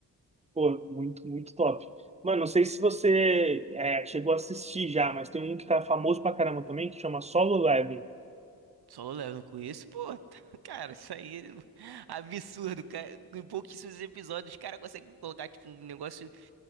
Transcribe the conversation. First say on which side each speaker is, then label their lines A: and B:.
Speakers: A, on the right; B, on the right.
A: Pô, muito, muito top. Mano, não sei se você é, chegou a assistir já, mas tem um que tá famoso pra caramba também, que chama Solo Leveling.
B: Solo Leveling com isso, pô, <laughs> cara, isso aí é absurdo, cara. Em pouquíssimos episódios, os caras conseguem colocar, tipo, um negócio